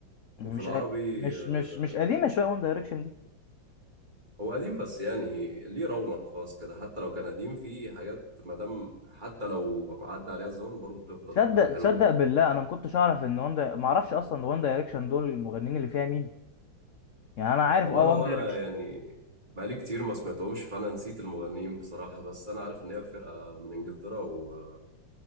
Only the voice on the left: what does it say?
مش
قا- مش
مش مش قديمه شويه وان دايركشن دي
تصدق
تصدق
بالله انا ما كنتش اعرف ان وان دا... ما اعرفش اصلا وان دايركشن دول المغنيين اللي فيها مين يعني انا عارف
اه
وان دايركشن